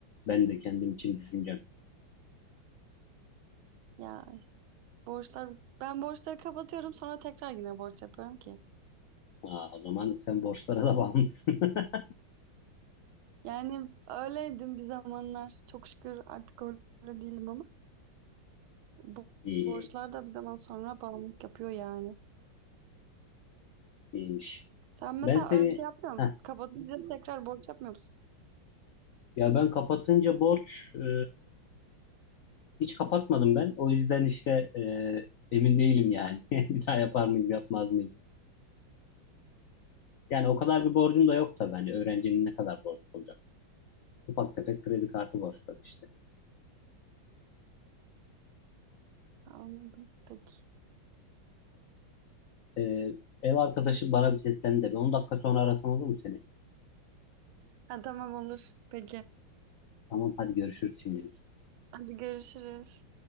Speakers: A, on the left (about 80°); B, on the right (about 85°).
A: ben de kendim için düşüneceğim.
B: Ya borçlar ben borçları kapatıyorum sonra tekrar yine borç yapıyorum ki.
A: Aa, o zaman sen borçlara da bağımlısın. <laughs>
B: Yani öyleydim bir zamanlar. Çok şükür artık öyle değilim ama bu
A: İyi,
B: borçlar da bir zaman sonra bağımlılık yapıyor yani.
A: iyiymiş.
B: Sen mesela
A: Ben seni
B: öyle bir şey yapmıyor musun?
A: Heh,
B: Kapatınca tekrar borç yapmıyor musun?
A: ya ben kapatınca borç e, hiç kapatmadım ben. O yüzden işte e, emin değilim yani. <laughs> Bir daha yapar mıyım yapmaz mıyım? Yani o kadar bir borcum da yok tabii. Hani öğrencinin ne kadar borcu olacak? Ufak tefek kredi kartı borçları işte.
B: Anladım. Peki.
A: E, ev arkadaşım bana bir seslendi de. Bir 10 dakika sonra arasam olur mu seni?
B: Ha, tamam olur. Peki.
A: Tamam hadi görüşürüz şimdi.
B: Hadi görüşürüz.